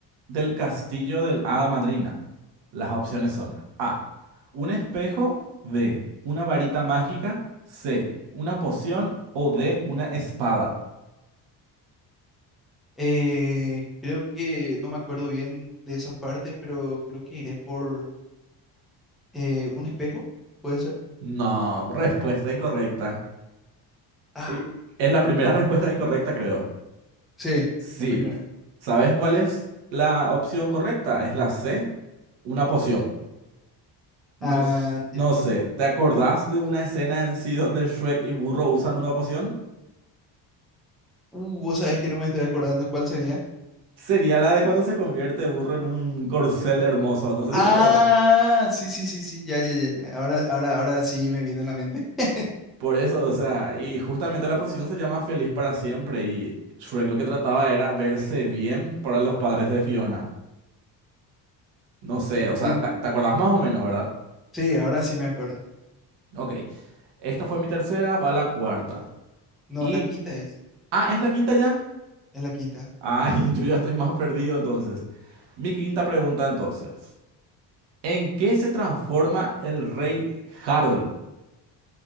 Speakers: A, on the right (about 80°); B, in the centre.
A: del castillo del Hada Madrina? Las opciones son A, un espejo, B, una varita mágica, C, una poción o D, una espada.
B: Eh, creo que no me acuerdo bien de esa parte, pero creo que iré por eh, un espejo, ¿puede ser?
A: No, respuesta incorrecta.
B: Ah,
A: Pri- Es la primera <laughs> respuesta incorrecta, creo.
B: sí,
A: Sí.
B: la primera.
A: ¿Sabes cuál es la opción correcta? Es la C, una poción. No,
B: Ah,
A: s-
B: entiendo.
A: no sé, ¿te acordás de una escena en sí donde Shrek y Burro usan una poción?
B: Uh, vos sabés que no me estoy acordando cuál sería.
A: Sería la de cuando se convierte Burro en un corcel hermoso. No sé
B: Ah,
A: si te acuerdas.
B: sí, sí, sí, sí, ya, ya, ya, ya. Ahora, ahora, ahora sí me viene a la mente. <laughs>
A: Por eso, o sea, y justamente la poción se llama Feliz para siempre y Shrek lo que trataba era verse bien para los padres de Fiona. No sé,
B: Entiendo.
A: o sea, ¿te, te acordás más o menos, verdad?
B: Sí, ahora sí me acuerdo.
A: Ok. Esta fue mi tercera, va la cuarta.
B: No,
A: Y.
B: la quinta es.
A: Ah, ¿es la quinta ya?
B: Es la quinta.
A: Ay, <laughs> yo ya estoy más perdido entonces. Mi quinta pregunta entonces. ¿En qué se transforma el rey Harold?